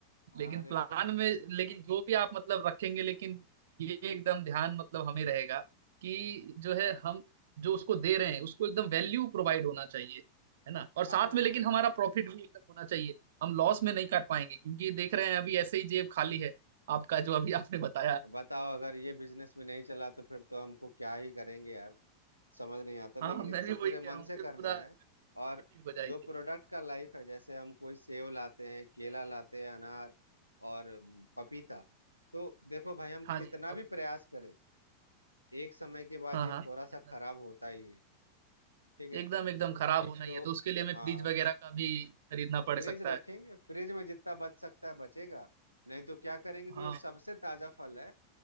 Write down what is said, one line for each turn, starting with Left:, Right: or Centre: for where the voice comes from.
Left: हाँ
Right: लेकिन
Left: अरे
Right: प्लान
Left: तो
Right: में लेकिन जो भी आप मतलब रखेंगे लेकिन ये एकदम ध्यान मतलब हमें रहेगा कि जो है हम जो उसको दे रहे हैं उसको एकदम वैल्यू प्रोवाइड होना चाहिए है ना और साथ
Left: हाँ
Right: में लेकिन हमारा प्रॉफिट भी एकदम होना चाहिए हम लॉस में नहीं कर पाएंगे क्योंकि देख रहे हैं अभी ऐसे ही जेब खाली है आपका जो अभी आपने बताया
Left: बताओ अगर ये बिजनेस में नहीं चला तो फिर तो हमको क्या ही करेंगे यार समझ नहीं आता लेकिन
Right: हाँ मैं
Left: इसको
Right: भी वही
Left: पूरे
Right: कह
Left: मन
Right: रहा हूँ
Left: से
Right: फिर
Left: करना
Right: पूरा
Left: है
Right: नेगेटिव
Left: और
Right: हो जाएंगे
Left: जो प्रोडक्ट का लाइफ है जैसे हम कोई सेब लाते हैं केला लाते हैं अनार और पपीता तो देखो भाई हम
Right: हाँ
Left: कितना
Right: जी आप अभी
Left: भी प्रयास करें एक समय के बाद
Right: हाँ
Left: ये
Right: हाँ जितना-
Left: थोड़ा सा खराब होता ही है ठीक है
Right: एकदम एकदम खराब होना ही
Left: तो
Right: है तो उसके लिए हमें
Left: हाँ
Right: फ्रिज वगैरह का भी खरीदना पड़
Left: फ्रिज
Right: सकता
Left: रखेंगे
Right: है
Left: फ्रिज में जितना बच सकता है बचेगा नहीं तो क्या करेंगे
Right: हाँ
Left: जो सबसे ताजा फल है